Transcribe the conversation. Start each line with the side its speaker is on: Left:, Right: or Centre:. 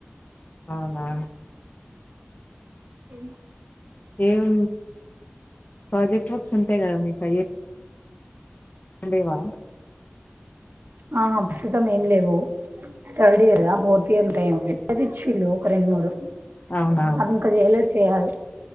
Left: అనా
Right: ఏ
Left: ఏం ప్రాజెక్ట్ వర్క్స్ ఉంటాయి కదా మీకు అయ లెవా
Right: ఆ ప్రస్తుతం ఏం లేవు థర్డ్ ఇయర్ ఫోర్త్ తీరుంటాయంది ఇచ్చిల్ళు ఒక రెండు మూడు
Left: అవునా
Right: అవి ఇంకా చేయలేదు చెయాలి